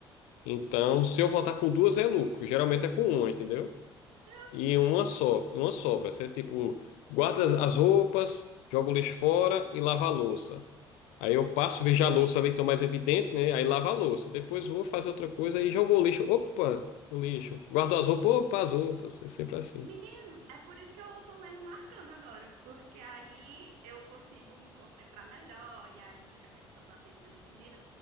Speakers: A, on the left; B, on the right.
A: Então, se eu voltar com duas é lucro. Geralmente é com uma, entendeu?
B: Eu
A: E
B: sei.
A: uma só, uma sobra. Você, tipo, guarda as as roupas, joga o lixo fora e lava a louça. Aí eu passo, vejo a louça ali que é o mais evidente, né? Aí lavo a louça. Depois vou fazer outra coisa e jogo o lixo. Opa, o lixo. Guardo as roupas, opa, as roupas. É sempre assim.
B: Menino, é por isso que eu tô lendo marcando agora, porque aí eu consigo me concentrar melhor, e aí fica a questão da atenção dividida.